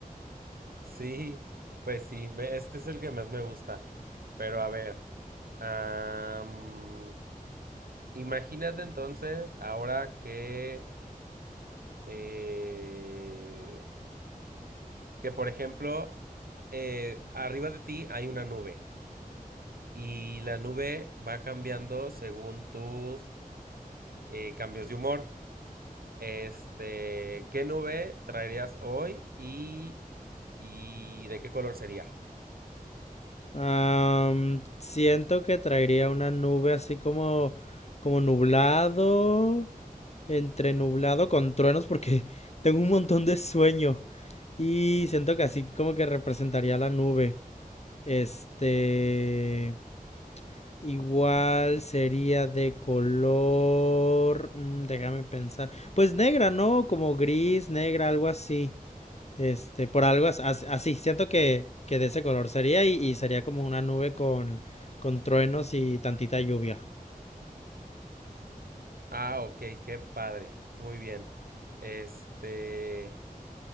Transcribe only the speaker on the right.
Sí, pues sí, ve- es que es el que más me gusta. Pero a ver. am, Imagínate entonces ahora que, eh, que por ejemplo, eh, arriba de ti hay una nube y la nube va cambiando según tus eh, cambios de humor. Este, ¿qué nube traerías hoy y, y de qué color sería?
Ah, ok, qué padre. Muy bien. Este,